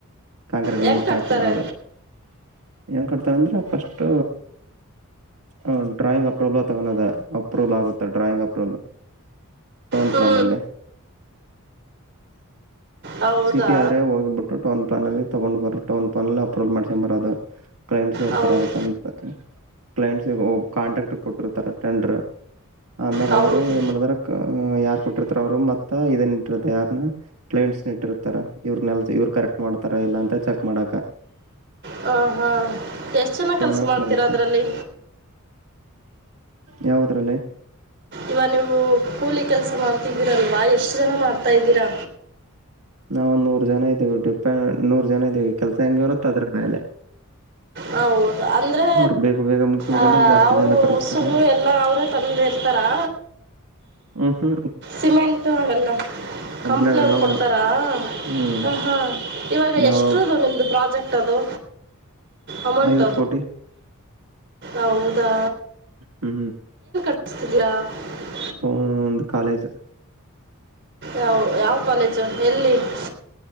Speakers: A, on the right; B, on the right.
A: ಕಾಂಗ್ರೀಟ್
B: ಹೆಂಗ್ ಕಟ್ತಾರೆ
A: ಟೈಪ್ ಬಂದರ ನ್ ಕಡ ಅಂತಂದ್ರೆ ಫಸ್ಟ್ ಹ ಡ್ರಾಯಿಂಗ್ ಅಪ್ರೂವಲ್ ತಗೋದ ಅಪ್ರೂವಲ್ ಆಗುತ್ತೆ ಡ್ರಾಯಿಂಗ್ ಅಪ್ರೂವಲ್ ಟೌನ್
B: ಹ್ಞೂ
A: ಪ್ಲಾನಲ್ಲಿ
B: ಹೌದಾ
A: ಸಿಟಿ ಆದರೆೆ ಹೋಗಿಬಿಟ್ಟು ಟೌನ್ ಪ್ಲಾನಲ್ಲಿ ತಗೊಂಡ್ ಬರ ಟೌನ್ ಪ್ಲಾಾನಲ್ಲಿ ಅಪ್ರೂವಲ್ ಮಾಡ್ಸಕೊಂಡಂಬರೋದು ಕ್ಲೈಂಟ್ಸ್ ಇರ್ತಾರೆ
B: ಹೌದು
A: ಅದಕ್ಕಂತ ಕ್ಲೈಂಟ್ಸ್ ಕಾಂಟ್ರಕ್ಟ್ ಕೊಟ್ಟಿರ್ತಾರೆ ಟೆಂಡ್ರ ಅ ಅಂದಾಗ
B: ಹೌದು
A: ಅವ್ರು ಏನ್ ಮಾಡಿದಾರ ಯಾರ್ ಕೊಟ್ಟಿರ್ತಾರ ಅವ್ರು ಮತ್ತ ಇದನ್ ಇಟ್ಟಿರ್ತ ಯಾರನ್ನ ಕ್ಲೈಂಟ್ಸ್ ಇಟ್ಟಿರ್ತಾರ ಇವ್ರ ನಲ್ ಕರೆಕ್ಟ್ ಮಾಡ್ತಾರ ಇಲ್ಲ ಅಂತ ಚೆಕ್ ಮಾಡಕ
B: ಹ ಹಾ ಎಷ್ಟ ಚನ ಕೆಲ್ಸ
A: ಮ್ಯಾಗ
B: ಮಾಡ್ತೀರಾ
A: ಕ್ಲೈಂಟ್ಸ್
B: ಅದ್ರಲ್ಲಿ
A: ಯಾವದ್ರಲ್ಲಿ
B: ಇವ ನೀವು ಕೂಲಿ ಕೆಲ್ಸ ಮಾಡ್ತಿದ್ದೀರಲ್ವಾ ಎಷ್ಟು ಜನ ಮಾಡ್ತಾ ಇದ್ದೀರಾ
A: ನಾವ ಒಂದ ನೂರ್ ಜನ ಇದ್ದೀವಿ ಡಿಪೆಂಡ್ ನೂರ್ ಜನ ಇದೀವಿ ಕೆಲ್ಸ ಹೆಂಗಗೆವರತ್ತ ಅದ್ರ ಮೇಲೆ
B: ಹೌದು ಅಂದ್ರೆ
A: ಅವ್ರು ಬೇಗ ಬೇಗ ಮುಗಿಸ್ಬೇಕಂದ್ರೆ
B: ಆ
A: ಜಾಸ್ತಿ
B: ಅವರು
A: ಜನ ಕರೆಸ್ತಾರೆ
B: ಉಸುಗು ಎಲ್ಲ ಅವ್ರೇ ತಂದ ಇರ್ತಾರಾ
A: ಹ ಹ್ಮ
B: ಸಿಮೆಂಟ್ ಹಾಗಲ್ಲ <inaudible>
A: ಕಂಪ್ನಿಯವರೆಲ್ಲ
B: ಕಂಪ್ನ ಅವ್ರು ಕೊಡ್ತಾರಾ
A: ಒಂದ್ ಹ್ಮ್
B: ಹ ಹಾ ಇವಾಗ
A: ನಾವು
B: ಎಷ್ಟದು ನಿಮ್ದು ಪ್ರಾಜೆಕ್ಟ್ <inaudible> ಟ್ಟದು ಅಮೌಂಟ
A: ಐವತ್ತು ಕೋಟಿ
B: ಹೌದಾ
A: ಹ್ಮ್
B: ತಿದಿರಾ <inaudible>
A: ಹ ಒಂದು ಕಾಲೇಜ್
B: ಯಾವ ಯಾವ ಕಾಲೇಜು ಎಲ್ಲಿ <inaudible>